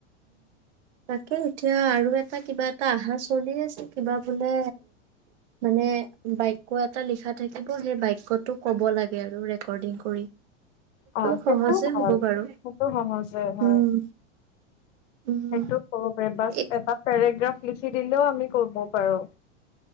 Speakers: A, on the right (about 65°); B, on the left (about 75°).
A: তাকে এতিয়া আৰু এটা কিবা এটা অহা চলি আছে কিবা বোলে মানে বাক্য এটা লিখা থাকিব সেই বাক্যটো কব লাগে আৰু ৰেকৰ্ডিং কৰি
B: অ সেইটো
A: সহজে
B: ভ
A: হ'ব বাৰু
B: সেইটো সহজে হয়
A: উম, উম,
B: সেইটো হ'ব পাৰে বাছ
A: এ
B: এটা পৰা পেৰেগাফ লিখি দিলে আমি ক'ব পাৰু